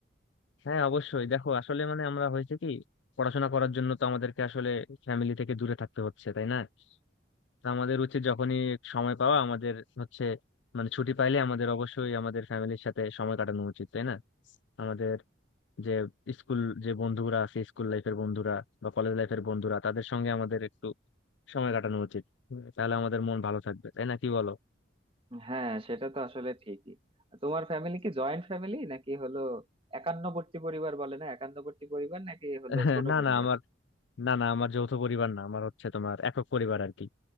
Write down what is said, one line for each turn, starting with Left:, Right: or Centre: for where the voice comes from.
Left: হ্যাঁ অবশ্যই দেখো আসলে মানে আমরা হয়েছে কি পড়াশোনা করার জন্য তো আমাদেরকে আসলে ফ্যামিলি থেকে দূরে থাকতে হচ্ছে তাই না তো আমাদের উচিত যখনই সময় পাওয়া আমাদের হচ্ছে মানে ছুটি পাইলে আমাদের অবশ্যই আমাদের ফ্যামিলির সাথে সময় কাটানো উচিত তাই না আমাদের যে স্কুল যে বন্ধুরা আছে স্কুল লাইফের বন্ধুরা বা কলেজ লাইফের বন্ধুরা তাদের সঙ্গে আমাদের একটু সময় কাটানো উচিত তাহলে আমাদের মন ভালো থাকবে তাই না কি বলো
Right: হ্যাঁ সেটা তো আসলে ঠিকই তোমার ফ্যামিলি কি জয়েন্ট ফ্যামিলি নাকি হলো একান্নবর্তী পরিবার বলে না একান্নবর্তী পরিবার নাকি হলো
Left: <laughs>
Right: ছোট
Left: না
Right: পরিবার
Left: না আমার না না আমার যৌথ পরিবার না আমার হচ্ছে তোমার একক পরিবার আর কি